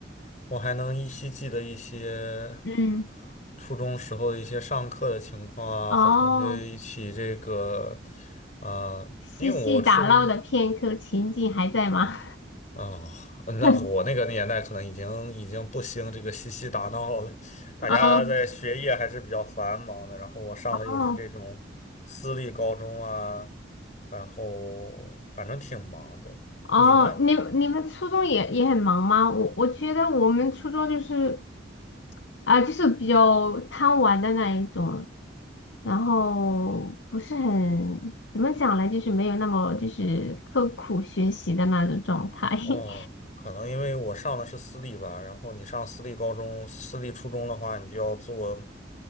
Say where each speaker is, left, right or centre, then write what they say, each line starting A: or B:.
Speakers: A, on the left (about 40°); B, on the left (about 70°).
A: 我还能依稀记得一些
B: 嗯，
A: 初中时候的一些上课的情况啊，
B: 哦，
A: 和同学一起这个，呃，
B: 嬉戏打闹的片刻情景还在吗？
A: 因为我初中哦，那我那个年代可能已经已经不兴这个嬉戏打闹了，
B: <laughs>
A: 大家在学业还是比较繁忙的。
B: 哦
A: 然后我上的又是这种私立高中啊，
B: 哦
A: 然后反正挺忙的。
B: 哦，
A: 你呢？
B: 你你们初中也也很忙吗？我我觉得我们初中就是啊、就是比较贪玩的那一种，然后不是很，怎么讲呢？就是没有那么就是刻苦学习的那种状态。<laughs>
A: 哦，可能因为我上的是私立吧，然后你上私立高中、私立初中的话，你就要做。